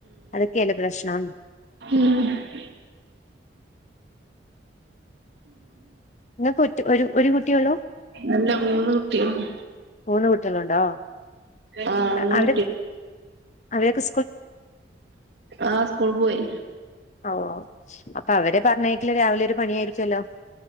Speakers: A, on the left; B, on the right.
A: അതൊക്കെയല്ലേ പ്രശ്നം
B: മ്മ്
A: നിങ്ങൾക്ക് ഒറ്റ ഒരു കുട്ടിയുള്ളൂ
B: അല്ല മൂന്ന് കുട്ടികള്
A: ഊണ് വിട്ടതു കൊണ്ടോ
B: ആഹ് മൂന്ന്
A: അവടെ അവ ടൊക്കെ
B: ആ സ്കൂൾ പോയി
A: ഓ അപ്പൊ അവരെ പറഞ്ഞയക്കൽ രാവിലെ ഒരു പണിയായിരിക്കുമല്ലോ